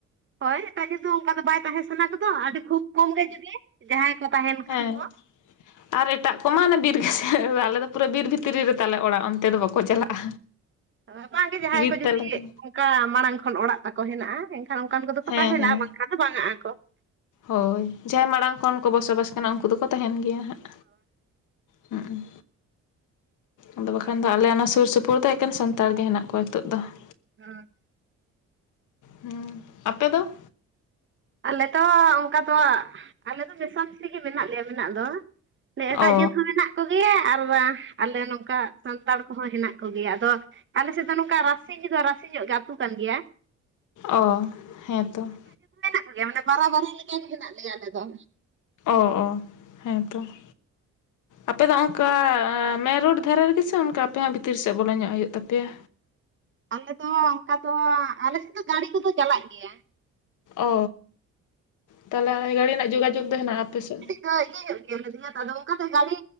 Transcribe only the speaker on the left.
ᱦᱮᱸ
ᱟᱨ ᱮᱴᱟᱜ ᱠᱚᱢᱟ ᱟᱱᱮ ᱵᱤᱨ ᱜᱟᱡᱟᱲ ᱟᱞᱮ ᱫᱚ ᱯᱩᱨᱟᱹ ᱵᱤᱨ ᱵᱷᱤᱛᱨᱤ ᱨᱮᱛᱟᱞᱮ ᱚᱲᱟᱜ ᱚᱱᱛᱮ ᱫᱚ ᱵᱟᱠᱚ ᱪᱟᱞᱟᱜᱼᱟ᱾
ᱵᱤᱨ
ᱛᱟᱞᱮ ᱨᱮ
ᱦᱮᱸ
ᱦᱮᱸ
ᱦᱳᱭ ᱡᱟᱦᱟᱸᱭ ᱢᱟᱲᱟᱝ ᱠᱷᱚᱱ ᱠᱚ ᱵᱚᱥᱚᱵᱟᱥ ᱠᱟᱱᱟ ᱩᱱᱠᱩ ᱫᱚᱠᱚ ᱛᱟᱦᱮᱱ ᱜᱮᱭᱟ ᱦᱟᱸᱜ᱾ ᱦᱩᱸᱜᱻ ᱟᱫᱚ ᱵᱟᱠᱷᱟᱱ ᱫᱚ ᱟᱞᱮ ᱚᱱᱟ ᱥᱩᱨ ᱥᱩᱯᱩᱨ ᱫᱚ ᱮᱠᱮᱱ ᱥᱟᱱᱛᱟᱲ ᱜᱮ ᱦᱮᱱᱟᱜ ᱠᱚᱣᱟ ᱱᱤᱛᱚᱜ ᱫᱚ ᱾
ᱦᱩᱸ, ᱟᱯᱮ ᱫᱚ?
ᱚ
ᱚ, ᱦᱮᱸ ᱛᱚ ᱾
ᱚ ᱚ, ᱦᱮᱸ ᱛᱚ ᱾ ᱟᱯᱮ ᱫᱚ ᱚᱝᱠᱟ ᱢᱮᱱ ᱨᱳᱰ ᱫᱷᱟᱨᱮ ᱨᱮᱜᱤ ᱥᱮ ᱚᱱᱠᱟ ᱟᱯᱮ ᱦᱚᱸ ᱵᱷᱤᱛᱤᱨ ᱥᱮᱫ ᱵᱚᱞᱚ ᱧᱚᱸᱜ ᱦᱩᱭᱩᱜ ᱛᱟᱯᱮᱭᱟ?
ᱚ, ᱛᱟᱦᱚᱞᱮ ᱚᱭ ᱜᱟᱹᱲᱤ ᱨᱮᱱᱟᱜ ᱡᱳᱜᱟᱡᱳᱜᱽ ᱫᱚ ᱦᱮᱱᱟᱜᱼᱟ ᱟᱯᱮ ᱥᱮᱫ?